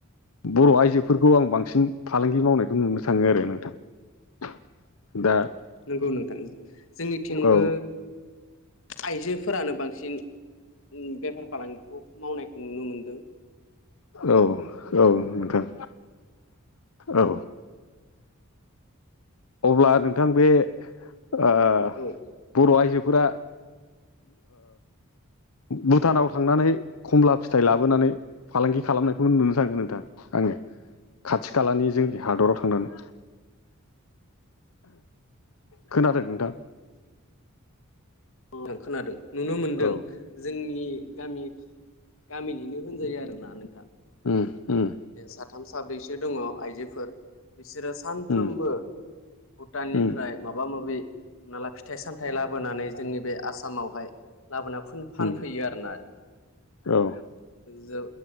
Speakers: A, on the left; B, on the left.
A: बर' आइजोफोरखौ आं बांसिन फालांगि मावनायखौ नुनो थाङो आरो नोंथां दा
B: औ नंगौ नोंथां जोंनिथिंबो
A: औ
B: आइजोफोरानो बांसिन बेफार फालांगिखौ मावनायखौ नुनो मोनदों
A: औ-औ नोंथां औ अब्ला नोंथां बे आ
B: औ
A: बर' आइजोफोरा भुटानाव थांनानै खमला फिथाइ लाबोनानै फालांगि खालामनायखौ नुनो थांगोन नोंथां आंङो खाथि खालानि जोंनि हादराव थांनानै खोनादों नोंथां
B: आं खोनादों नुनो मोनदों
A: औ
B: जोंनि गामि गामिनिनो होनजायो आरोना नोंथां
A: उम-उम
B: बे साथाम साब्रैसो दङ आइजोफोर बिसोरो सानफ्रोमबो
A: उम
B: भुटाननिफ्राय
A: उम
B: माबा माबि हमना ला फिथाइ सामथाइ लाबोनानै जोंनि बे आसामावहाय लाबोना फुन फानफैयो
A: उम
B: आरोना
A: औ
B: जे